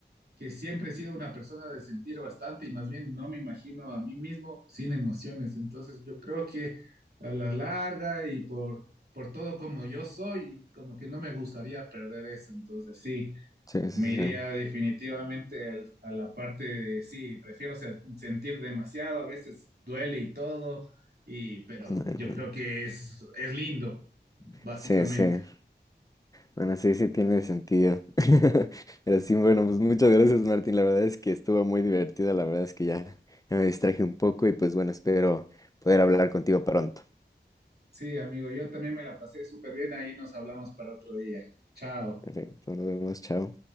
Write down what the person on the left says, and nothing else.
Sí, sí,
sí.
Bueno,
ujú.
Sí, sí. Bueno, sí, sí tiene sentido. <laughs> Pero sí, bueno, pues muchas gracias, Martín. La verdad es que estuvo muy divertido. La verdad es que ya, ya me distraje un poco y pues bueno, espero poder hablar contigo pronto.
Perfecto, nos vemos, chao.